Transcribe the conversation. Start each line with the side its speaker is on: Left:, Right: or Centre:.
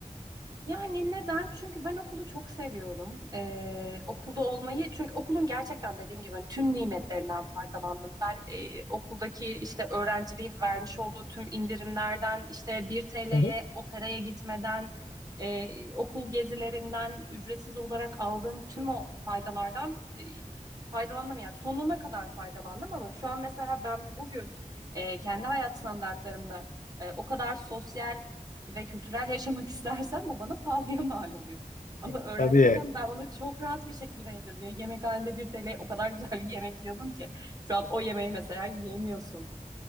Right: yani neden? Çünkü ben okulu çok seviyorum. Ee, okulda olmayı, çünkü okulun gerçekten dediğim gibi hani tüm nimetlerinden faydalandım. Ben e, okuldaki işte öğrenciliğin vermiş olduğu tüm indirimlerden, işte 1 TL'ye
Left: Hı hı.
Right: operaya gitmeden, e, okul gezilerinden ücretsiz olarak aldığım tüm o faydalardan e, faydalandım. Yani sonuna kadar faydalandım ama şu an mesela ben bugün e, kendi hayat standartlarımda e, o kadar sosyal ve kültürel yaşamak <laughs> istersen bu bana pahalıya mal oluyor. Ama
Left: Evet,
Right: öğrenciyken
Left: Tabii.
Right: ben bunu çok rahat bir şekilde yedim. Ve Yemekhanede 1 TL o kadar <laughs> güzel bir yemek yiyordum ki. Şu an o yemeği mesela yiyemiyorsun.